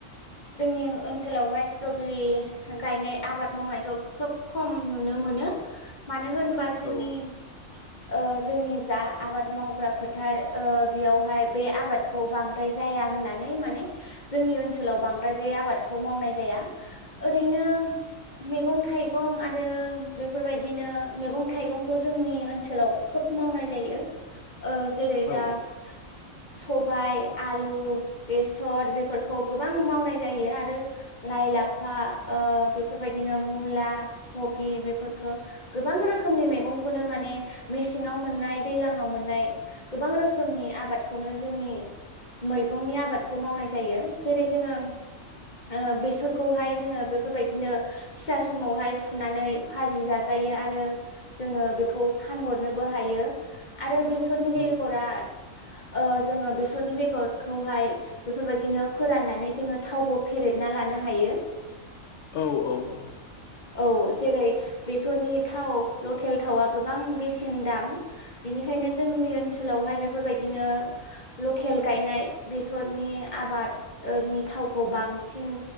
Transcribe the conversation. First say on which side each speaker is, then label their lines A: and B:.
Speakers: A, on the left; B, on the left.
A: जोंनि ओनसोलावहाय स्ट्रबेरि होगायनाय आबाद मावनायखौ खोब खम नुनो मोनो मानो होनबा जोंनि
B: औ
A: ओ जोंनि जा आबाद मावग्रा फोथार बेयावहाय बे आबाद खौ बांद्राय जाया होननानै माने जोंनि ओनसोलाव बांद्राय बे आबादखौ मावनाय जाया ओरैनो मैगं थाइगं आरो बेफोरबायदिनो मैगं थाइगंखौ जोंनि ओनसोलाव खोब मावनाय जायो ओ जेरै
B: औ
A: दा स-सबाइ आलु बेस सर बेफोरखौ गोबां मावनाय जायो आरो लाइ लाफा ओ बेफोरबायदिनो मुला कबि बेफोरफोरखो गोबां रोखोमनि मेगंखोनो माने मेसेङाव मोननाय दैलाङाव आव मोननाय गोबां रोखोमनि आबादखौनो जोंनि मैगंनि आबाद खौ मावनाय जायो जेरै जोङो ओ बेसरखौहाय जोङो बेफोरबायदिनो फिसा समावहाय फुनानै फाजि जाजायो आरो जोङो बेखौ फानहरनोबो हायो आरो बेस बेसरनि
B: औ
A: बेगरा ओ जोङो बेसरनि बेगरखौहाय बेफोरबायदिनो फोराननानै जोङो थावबो फेरेदना लानो हायो
B: औ औ औ
A: औ जेरै बेसरनि थाव लकेल थावआ गोबां बेसेन दाम बिनिखायनो जोंनि ओनसोलावहाय बेफोरबायदिनो लकेल गायनाय बेसर नि आबादनि थावखौ बांसिन